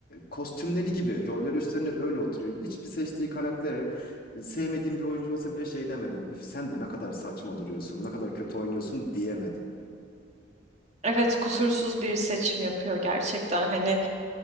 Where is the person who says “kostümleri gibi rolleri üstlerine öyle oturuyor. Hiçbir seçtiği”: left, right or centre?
Left